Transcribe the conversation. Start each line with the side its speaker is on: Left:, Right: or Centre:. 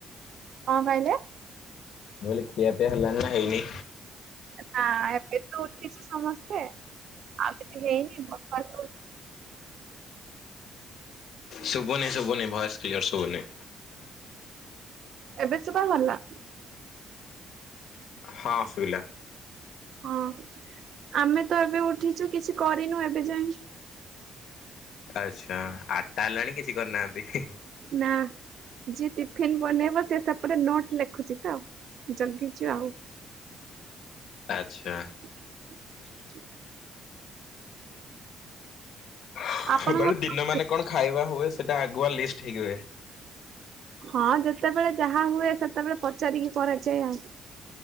Right: କଣ କହିଲେ?
Left: ମୁଁ କହିଲି ଖିଆ ପିଆ ହେଲାଣି ନା ହେଇନି?
Right: ନା ଏବେ ତ ଉଠିଛି ସମସ୍ତେ ଆଉ କିଛି ହେଇନି ଵକରକୁ।
Left: ଶୁଭୁନି ଶୁଭୁନି ଭଏସ୍ କ୍ଲିୟର ଶୁଭୁନି?
Right: ଏବେ ସୁ ବା ହାଲା?
Left: ହଁ ସୁବିଲା।
Right: ହଁ ଆମେ ତ ଏବେ ଉଠିଛୁ କିଛି କରିନୁ ଏବେ ଯାଏ।
Left: ଆଚ୍ଛା ଆଟା ହେଲାଣି କିଛି କରିନାହାନ୍ତି?
Right: ନାଁ। ଯିଏ ଟିଫିିନ୍ ବନେଇବ ସେ ସେପଟେ ନୋଟ୍ ଲେଖୁଛି ତ ଜଗିଛୁ ଆଉ।
Left: ଆଚ୍ଛା।
Right: <inaudible>
Left: ହା
Right: ଆପଣଙ୍କ
Left: ମାନେ ଦିନ ମାନେ କଣ ଖାଇବା ହୁଏ ସେଇଟା ଆଗୁଆ ଲିଷ୍ଟ ହେଇକି ରୁହେ।
Right: ହଁ ଯେତେବେଳେ ଯାହା ହୁଏ ସେତେବେଳେ ପଚାରିକି କରାଯାଏ ଆଉ